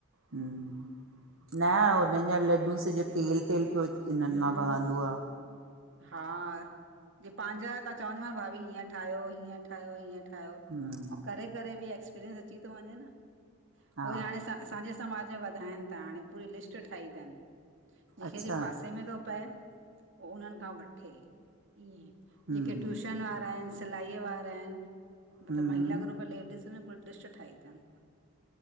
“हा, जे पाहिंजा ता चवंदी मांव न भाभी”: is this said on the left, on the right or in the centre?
Right